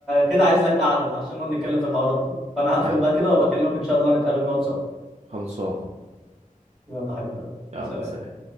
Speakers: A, in the centre; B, on the right.
A: كده عايز لك قعده عشان نقعد نتكلم في الحوارات دي فانا هقفل
B: يا
A: بقى كده وابقى اكلمك ان شاء الله نتقابل نقعد سوا
B: خلصان
A: يلا حبيبي
B: يلا
A: سلام
B: سلام